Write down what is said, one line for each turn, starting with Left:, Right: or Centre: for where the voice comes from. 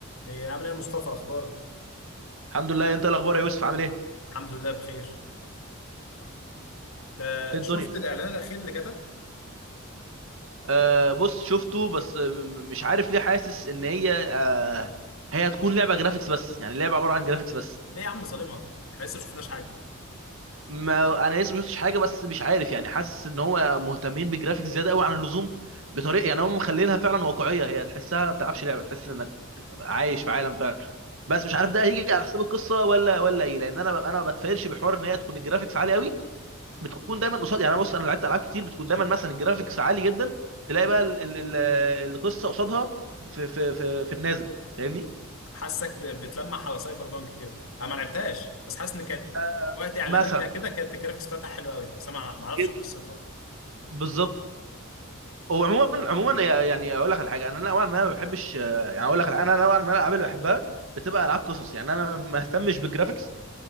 Left: ايه عامل ايه يا مصطفى اخبارك
Right: الحمد لله انت إيه الاخبار يا يوسف عامل ايه
Left: الحمد لله بخير انت
Right: ايه
Left: شفت
Right: الدنيا
Left: الاعلان الاخير اللي جت
Right: آه بص شفته بس آه، م- مش عارف ليه حاسس ان هي آه هي هتكون لعبه جرافيكس بس يعني لعبه عباره عن جرافيكس بس
Left: ليه يا عم ظالمها احنا لسه ما شفناش حاجه
Right: ما انا لسه ما شفتش حاجه بس مش عارف يعني حاسس ان هو مهتمين بالجرافيكس زياده قوي عن اللزوم بطريقه يعني هم مخلينها فعلا واقعيه هي تحسها ما بتلعبش لعبه تحس انك عايش في عالم فعلا بس مش
Left: ما-
Right: عارف ده هيجي على حساب القصه ولا ولا ايه لان انا ب- انا ما بتفائلش بحوار ان هي تكون الجرافيكس عالي قوي بتكون دايما قصاد يعني انا بص انا لعبت العاب كتير بتكون دايما مثلا الجرافيكس عالي جدا تلاقي بقى ال... ال... ال- القصه قصادها في في في, في النازل فاهمني
Left: حاسك ب- بتلمح على سايبر بانك كده انا ما لعبتهاش بس حاسس ان كانت
Right: آه
Left: وقت اعلاناتها
Right: مثلا
Left: كده كانت الجرافيكس بتاعتها حلوه قوي بس انا ما اعرفش
Right: جدا
Left: قصتها
Right: بالظبط هو عموما عموما يعني اقول لك على حاجه انا نوعا ما ما بحبش يعني اقول لك على- انا نوعا ما الالعاب اللي بحبها بتبقى العاب قصص يعني انا ما اهتمش بالجرافيكس